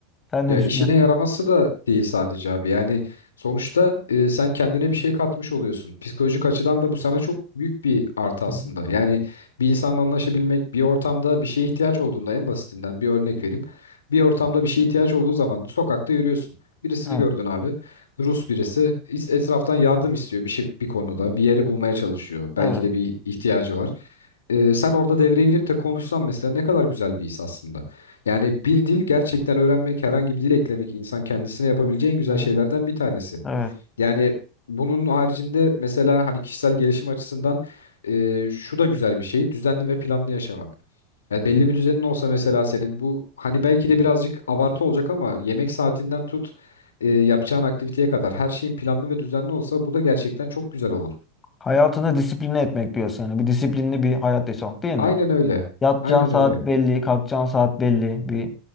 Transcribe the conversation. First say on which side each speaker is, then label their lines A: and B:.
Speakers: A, on the left; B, on the left.
A: Sen ne
B: Ya
A: düşünüyorsun?
B: işine yaraması da değil sadece abi. Yani sonuçta e, sen kendine bir şey katmış oluyorsun. Psikolojik açıdan da bu sana çok büyük bir artı aslında.
A: Hı hı.
B: Yani bir insanla anlaşabilmek, bir ortamda bir şeye ihtiyaç olduğunda en basitinden bir örnek vereyim. Bir ortamda bir şeye ihtiyaç olduğu zaman sokakta yürüyorsun. Birisini
A: Evet,
B: gördün abi. Rus birisi is- etraftan yardım istiyor bir şey bir konuda. Bir yeri bulmaya çalışıyor. Belki
A: evet.
B: de bir ihtiyacı var. E, sen orada devreye girip de konuşsan mesela ne kadar güzel bir his aslında. Yani bir dil gerçekten öğrenmek, herhangi bir dil eklemek insan kendisine yapabileceği en güzel
A: Hı hı.
B: şeylerden bir tanesi.
A: Evet.
B: Yani bunun haricinde mesela hani kişisel gelişim açısından e, şu da güzel bir şey, düzenli ve planlı yaşamak. Yani belli bir düzenin olsa mesela senin bu hani belki de birazcık abartı olacak ama yemek saatinden tut e, yapacağın aktiviteye kadar her şeyin planlı ve düzenli olsa bu da gerçekten çok güzel olur.
A: Hayatını disipline etmek diyorsun yani. Bir disiplinli bir hayat yaşamak değil
B: Aynen
A: mi?
B: öyle.
A: Yatacağın
B: Aynen
A: saat
B: öyle.
A: belli, kalkacağın saat belli. Bir